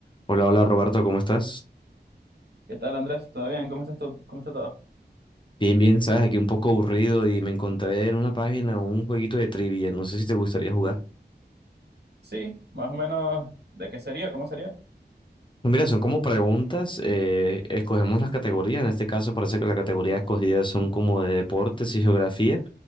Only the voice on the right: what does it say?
¿Qué tal, Andrés? ¿Todo bien? ¿Cómo estás tú? ¿Cómo está todo?
Sí, más o menos. ¿De qué sería? ¿Cómo sería?